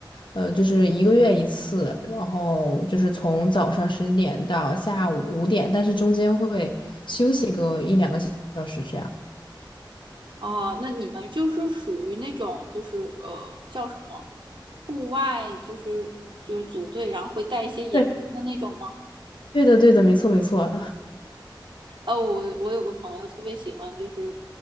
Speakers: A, on the left; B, on the right.
A: 呃就是一个月一次，然后就是从早上十一点到下午五点，但是中间会休息个一两个小时这样。
B: 哦，那你们就是属于那种，就是呃，叫什么，户外，就是就是组队，然后会带一些野餐的那种吗？
A: 对，对的，对的，没错，没错。
B: 哦，我我有个朋友特别喜欢，就是